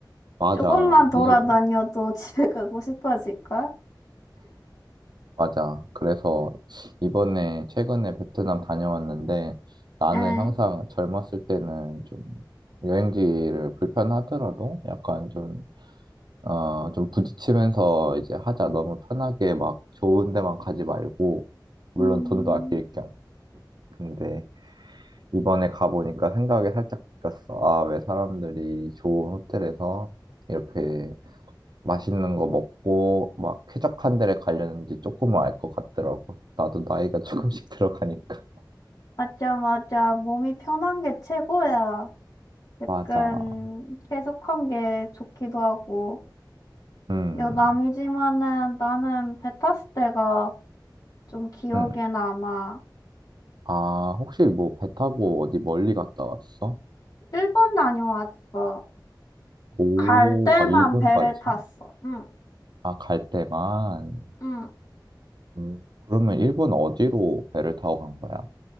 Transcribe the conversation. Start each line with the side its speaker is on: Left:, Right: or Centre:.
Right: 맞아.
Left: 조금만 돌아다녀도
Right: 이제
Left: <laughs> 집에 가고 싶어질걸?
Right: 맞아. 그래서 이번에 최근에 베트남 다녀왔는데 나는
Left: 응.
Right: 항상 젊었을 때는 좀 여행지를 불편하더라도 약간 좀, 어, 좀 부딪히면서 이제 하자. 너무 편하게 막 좋은 데만 가지 말고, 물론
Left: 음.
Right: 돈도 아낄 겸. 근데 이번에 가보니까 생각이 살짝 바뀌었어. 아, 왜 사람들이 좋은 호텔에서 이렇게 맛있는 거 먹고 막 쾌적한 데를 가려는지 조금은 알 것 같더라고. 나도 나이가 조금씩 <laughs> 들어가니까.
Left: 맞아, 맞아. 몸이 편한 게 최고야. 약간
Right: 맞아.
Left: 쾌적한 게 좋기도 하고.
Right: 음,
Left: 여남이지만은 나는 배 탔을 때가 좀 기억에
Right: 음.
Left: 남아.
Right: 아, 혹시 뭐 배 타고 어디 멀리 갔다 왔어?
Left: 일본 다녀왔어.
Right: 오,
Left: 갈 때만
Right: 아, 일본까지?
Left: 배를 탔어. 응,
Right: 아, 갈 때만.
Left: 응.
Right: 음, 그러면 일본 어디로 배를 타고 간 거야?